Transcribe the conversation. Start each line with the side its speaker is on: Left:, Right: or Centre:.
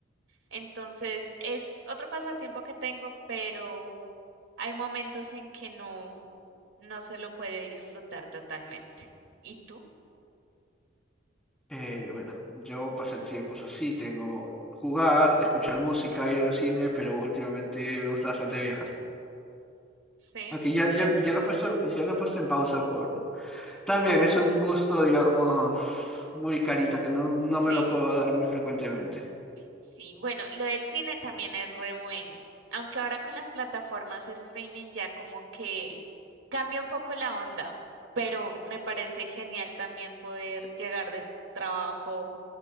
Right: Entonces es otro pasatiempo que tengo, pero hay momentos en que no, no se lo puede disfrutar totalmente. ¿Y tú?
Centre: Eh, bueno, yo pasatiempos así, tengo jugar, escuchar música, ir al cine, pero últimamente me gusta bastante viajar.
Right: Sí,
Centre: Aunque ya,
Right: genial.
Centre: ya, ya lo he puesto, ya lo he puesto en pausa por... También es un gusto, digamos, muy carito, que no, no
Right: Sí,
Centre: me lo puedo dar muy frecuentemente.
Right: sí. Bueno, lo del cine también es re bueno. Aunque ahora con las plataformas streaming ya como que cambia un poco la onda, pero me parece genial también poder llegar del trabajo,